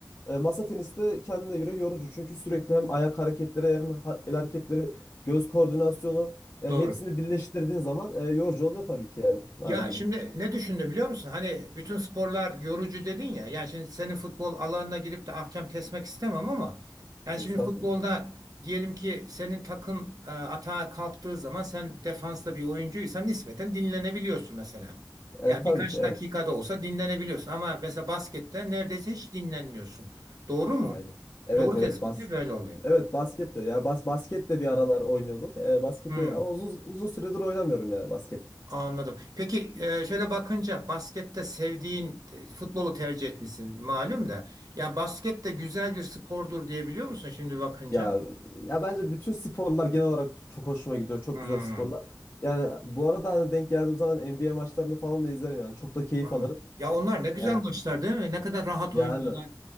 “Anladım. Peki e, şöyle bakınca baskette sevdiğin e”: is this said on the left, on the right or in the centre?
Right